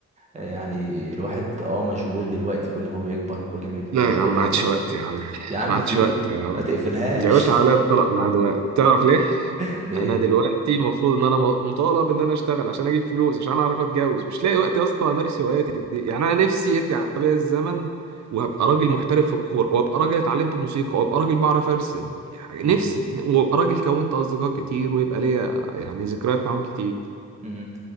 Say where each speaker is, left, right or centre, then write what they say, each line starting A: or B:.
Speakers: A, on the right; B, on the right.
A: آه، يعني الواحد اه مشغول دلوقتي كل ما بيكبر كل ما بيبقى
B: لا
A: مشغول
B: يا عم ما
A: اكبر
B: عادش وقت يا عم
A: يا عم
B: ما عادش
A: في
B: وقت
A: ما تقفلهاش
B: يا باشا عليا الطلاق مع دلوقتي تعرف ليه
A: <laughs> ليه
B: انا دلوقتي المفروض ان انا م- مطالب ان انا اشتغل عشان اجيب فلوس عشان اعرف اتجوز مش لاقي وقت يا اسطى امارس هواياتي دي يعني انا نفسي يرجع بيا الزمن وابقى راجل محترف في الكوره وابقى راجل اتعلمت موسيقى وابقى راجل بعرف ارسم يعني
A: مم.
B: نفسي وابقى راجل كونت اصدقاء كتير ويبقى ليا يعني ذكريات معاهم كتير
A: مم.